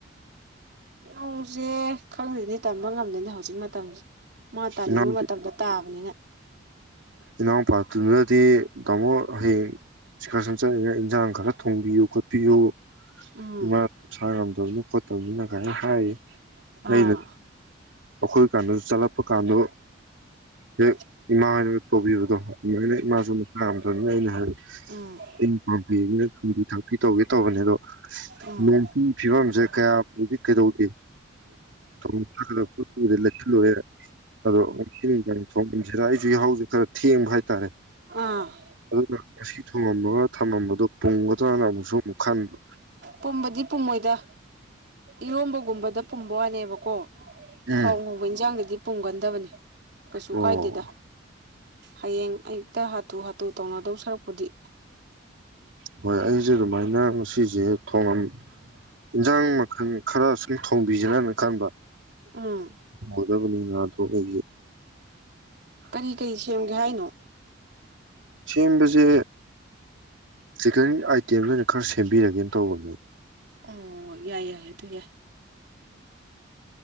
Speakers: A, on the right; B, on the right.
A: ꯅꯣꯡꯁꯦ ꯈꯪꯗꯅꯤ ꯇꯝꯕ ꯉꯝꯗꯣꯏꯅꯤ ꯍꯧꯖꯤꯛ ꯃꯇꯝꯁꯦ ꯃꯥ ꯇꯥꯅꯤꯡꯕ
B: ꯏꯅꯥꯎ
A: ꯃꯇꯝꯗ ꯇꯥꯕꯅꯤꯅ
B: ꯏꯅꯥꯎꯄꯥꯗꯨꯨꯗꯗꯤ ꯇꯥꯃꯣ ꯍꯌꯦꯡ ꯆꯤꯀꯔ ꯁꯟ ꯆꯠꯂꯒ ꯏꯟꯖꯥꯡ ꯈꯔ ꯊꯣꯡꯕꯤꯌꯨ ꯈꯣꯠꯄꯤꯌꯨ
A: ꯎꯝ
B: ꯏꯃ ꯁꯉ ꯇꯧꯅꯤ ꯈꯣꯠꯇꯧꯅꯤꯅ ꯀꯥꯏꯅ ꯍꯥꯏꯔꯤ ꯑꯩꯅ
A: ꯑꯥ
B: ꯑꯩꯈꯣꯏ ꯀꯥꯟꯗꯁꯨ ꯆꯠꯂꯛꯄ ꯀꯥꯟꯗ ꯍꯦꯛ ꯏꯃꯥ ꯍꯅ ꯇꯧꯕꯤꯕꯗꯣ ꯑꯗꯨꯃꯥꯏꯅ ꯏꯃꯥꯁꯨꯅ ꯄꯥꯝꯗꯕꯅꯤꯅ ꯑꯩꯅ ꯍꯥꯏꯕꯦ
A: ꯎꯝ
B: ꯇꯤꯟ ꯄꯥꯝꯕꯤꯅꯤꯅ ꯊꯨꯝꯕꯤ ꯊꯥꯛꯄꯤ ꯇꯧꯒꯦ ꯇꯧꯕꯅꯦ ꯑꯗꯣ
A: ꯎꯝ
B: ꯌꯦꯟꯁꯤ ꯐꯤꯕꯝꯁꯦ ꯀꯌꯥꯕꯨꯗꯤꯛ ꯀꯩꯗꯧꯗꯦ ꯊꯂꯒꯗꯤ ꯂꯩꯁꯤꯜꯂꯨꯔꯦ ꯑꯗꯣ ꯉ ꯊꯣꯡꯁꯤꯔ ꯑꯩꯁꯨꯖ ꯈꯔ ꯊꯦꯡꯕ ꯍꯥꯏꯇꯥꯔꯦ
A: ꯑꯥ
B: ꯑꯗꯨꯅ ꯉꯁꯤ ꯊꯣꯡꯉ ꯊꯝꯃꯝꯕꯗꯨꯣ ꯄꯨꯡꯒꯗ꯭ꯔꯅ ꯑꯃꯨꯛꯁꯨ ꯑꯃꯨꯛ ꯈꯟꯕ
A: ꯄꯨꯝꯕꯗꯤ ꯄꯨꯝꯃꯣꯏꯗ ꯏꯔꯣꯝꯕꯒꯨꯝꯕꯗ ꯄꯨꯝꯕ ꯋꯥꯠꯂꯦꯕꯀꯣ
B: ꯎꯝ
A: ꯊꯥꯎ ꯉꯣꯡꯕꯅꯤꯁꯦ ꯑꯪꯗꯗꯤ ꯄꯨꯡꯒꯟꯗꯕꯅꯤ ꯀꯩꯁꯨ
B: ꯑꯣ
A: ꯀꯥꯏꯗꯦꯗ ꯍꯌꯦꯡ ꯑꯌꯨꯛꯇ ꯍꯥꯊꯨ ꯍꯥꯊꯨ ꯇꯧꯅꯗꯧꯁ ꯈꯔꯛꯄꯨꯗꯤ
B: ꯍꯣꯏ ꯑꯩꯁꯦ ꯑꯗꯨꯃꯥꯏꯅ ꯉꯁꯤꯁꯦ ꯊꯣꯡꯉꯝ ꯏꯟꯁꯥꯡ ꯃꯈꯜ ꯈꯔ ꯁꯨꯝ ꯊꯣꯡꯕꯤꯁꯦꯅꯅ ꯈꯟꯕ
A: ꯎꯝ
B: ꯃꯖꯕꯅꯤ ꯉ ꯇꯉꯒꯤ
A: ꯀꯔꯤ ꯀꯔꯤ ꯁꯦꯝꯒꯦ ꯍꯥꯏꯅꯣ
B: ꯁꯦꯝꯕꯁꯦ ꯆꯤꯀꯟ ꯑꯥꯏꯇꯦꯝ ꯑꯣꯏꯅ ꯈꯔ ꯁꯦꯝꯕꯤꯔꯒꯦꯅ ꯇꯧꯕꯅꯦ
A: ꯑꯣ ꯌꯥꯏ ꯌꯥꯏ ꯑꯗꯨ ꯌꯥꯏ